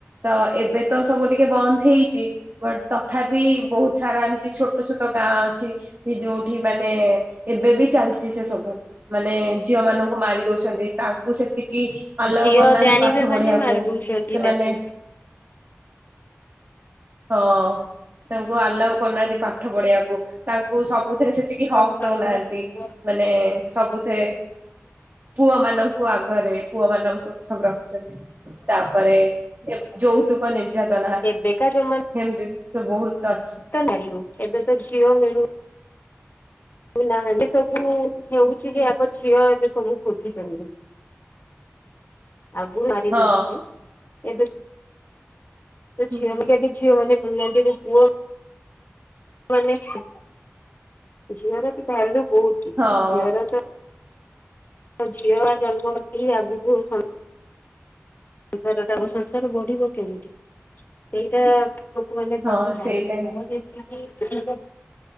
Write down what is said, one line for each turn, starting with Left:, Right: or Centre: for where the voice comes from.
Right: ତ ଏବେ ତ ସବୁ ଟିକେ ବନ୍ଦ ହେଇଛି। ବଟ୍ ତଥାପି ବହୁତ ସାରା ଏମିତି ଛୋଟ ଛୋଟ ଗାଁ ଅଛି। କି ଯୋଉଠି ମାନେ ଏବେ ବି ଚାଲିଛି ସେ ସବୁ। ମାନେ ଝିଅ ମାନଙ୍କୁ ମାରି ଦଉଛନ୍ତି, ତାଙ୍କୁ ସେତିକି ଆଲାଉ
Left: ଝିଅ
Right: କରୁନାହାନ୍ତି
Left: ଜାଣିବେ
Right: ପାଠ
Left: ମାନେ
Right: ପଢିବାକୁ।
Left: ମାରି ଦଉଛନ୍ତି
Right: ସେମାନେ
Left: ତାକୁ।
Right: ହଁ ତାଙ୍କୁ ଆଲାଉ କରୁନାହାନ୍ତି ପାଠ ପଢିବାକୁ। ତାଙ୍କୁ ସବୁଥିରେ ସେତିକି ହକ୍
Left: ହଁ
Right: ଦଉନାହାନ୍ତି ମାନେ ସବୁଥିରେ। ପୁଅ ମାନଙ୍କୁ ଆଗରେ ପୁଅମାନଙ୍କୁ ସବୁର ତାପରେ ଯୌତୁକ ନିର୍ଯାତନା।
Left: ଏବେକା ଜମାନା
Right: ହେମତି ସେ ବହୁତ। ଅଛି।
Left: ନେଲୁ। ଏବେ ତ ଝିଅ ମିଳୁ ନାହାନ୍ତି। ସବୁ ହେଉଛି ଯେ ଆଗ ଝିଅ ଏବେ ସବୁ ଖୋଜୁଛନ୍ତି। ଆଗୁରୁ ମାରି
Right: ହଁ
Left: ଦଉଥିଲେ, ଏବେ <unintelligible>
Right: ହୁଁ
Left: <inaudible>
Right: ହଁ
Left: <unintelligible> ସଂସାର ଟାକୁ, ସଂସାର ବଢିବ କେମିତି ସେଇଟା ଲୋକ ମାନେ ଭାବୁ
Right: ହଁ
Left: ନାହାନ୍ତି।
Right: ସେଇଟା ହିଁ
Left: ପୁଅ ଯେମିତି କି